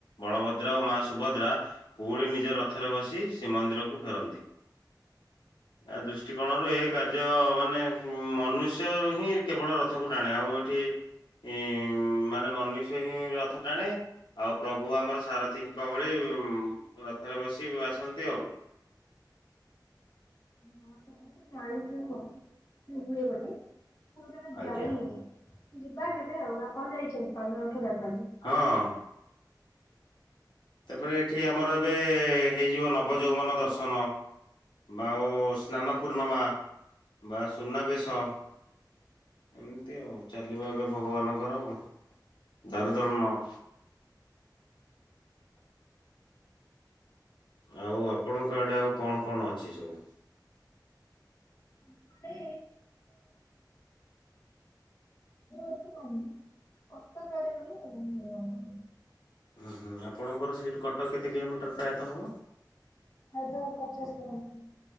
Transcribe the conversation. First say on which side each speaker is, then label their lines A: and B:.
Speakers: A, on the left; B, on the left.
A: ବଳଭଦ୍ର ଓ ମା ସୁଭଦ୍ରା ପୁଣି ନିଜ ରଥରେ ବସି ଶ୍ରୀମନ୍ଦିରକୁ ଫେରନ୍ତି।
B: <unintelligible>
A: ଆ ଦୃଷ୍ଟିକୋଣରୁ ଏ କାର୍ଯ୍ୟ ମାନେ ମନୁଷ୍ୟ ହିଁ କେବଳ ରଥକୁ ଟାଣେ ଆଉ ଏଠି ଇଁ ମାନେ ମନୁଷ୍ୟ ହିଁ ରଥ ଟାଣେ। ଆଉ ପ୍ରଭୁ ଆମର ସାରଥୀଙ୍କ ଭଳି ଉ ରଥରେ ବସି ଆସନ୍ତି ଆଉ।
B: ହଁ ମୁଁ ତ ଯାଣିଛି ମୁଁ ହୁଏ ବୋଲି। ମୁଁ କେବେ
A: ଆଜ୍ଞା
B: ଯାଇନି ଯିବା କେବେ ଆଉ ଆପଣ ଯାଇଛନ୍ତି କାଳେ ରଥଯାତ୍ରା କୁ?
A: ହଁ। ଏବେ ଏଠି ଆମର ଏବେ ହେଇଯିବ ନବଯୌବନ ଦର୍ଶନ। ବା ଆଉ ସ୍ନାନ ପୂର୍ଣ୍ଣମା ବା ସୁନାବେଶ। ଏମିତି ଆଉ ଚାଲିବ ଏବେ ଭଗବାନଙ୍କର ଆଉ ଦାରୁଦଳନ। ଆଉ ଆପଣଙ୍କ ଆଡ଼େ ଆଉ କଣ କଣ ଅଛି ସବୁ?
B: <unintelligible> ମନ୍ଦିର ଏତେ ନାହିଁ କଟକ ଆଡେ ଗଲେ ମିଳିବ ସବୁ
A: ଉଁ ହୁଁ ଆପଣଙ୍କର ସେଇଠୁ କଟକ କେତେ କିଲୋମିଟର ପ୍ରାୟତଃ ହବ?
B: ପ୍ରାୟତଃ ପଚାଶ କିଲୋମିଟର